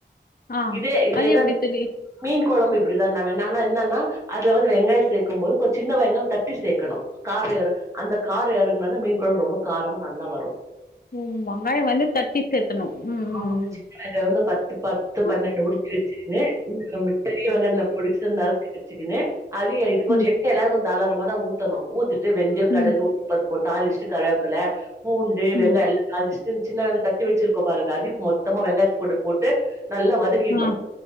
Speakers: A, on the left; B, on the right.
A: ஆ
B: இதே இதேதா
A: அது எப்டி
B: மீ
A: தோழி
B: மீன் கொழம்பு இப்டிதான்ன வேணு ஆனா என்னன்னா அதுல வந்து வெங்காயோ சேக்கும் போது கொஞ் சின்ன வெங்காம் தட்டி சேக்கணு காரௌ ஏறு அந்த காரோ எறங்குனாதா மீன் கொழம்பு ரொம்ப காரமா நல்லா வரு
A: ம் வங்காயோ வந்து தட்டி சேத்தணு ம் ம்
B: ஆமா <unintelligible>
A: ம்
B: நாங்க வந்து பத்து பத்து
A: ம்,
B: பன்னெண்டு உரிச்சு வச்சிருங்க <inaudible> பெரியவெங்காயோ நா பொடிச்சா நறுக்கு வெச்சுக்குனு அதிகாய்ட்டு
A: ம்,
B: கொஞ்சோ எ எல்லாருக்கு தாளாரமாதா ஊத்தணு ஊத்திட்டு வெந்தியோ கடுகு
A: ம்,
B: உளுந்துப்பருமப் போட்டு தாளுச்ட்டு கருவாப்புல பூண்டு வெங்காயெல்லா
A: ம்.
B: தாளிச்ட்டு இந் சின்ன வெங்க தட்டி வச்சிருக்கோ பாருங்க அதையு மொத்தமா வெங்காயத்து கூட போட்டு நல்லா வதக் கீர்னு
A: ஆ